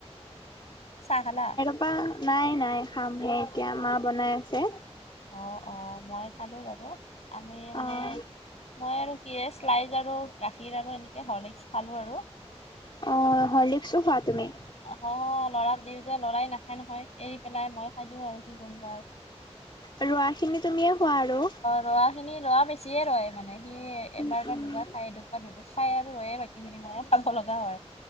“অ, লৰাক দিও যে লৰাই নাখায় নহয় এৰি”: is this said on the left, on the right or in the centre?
Left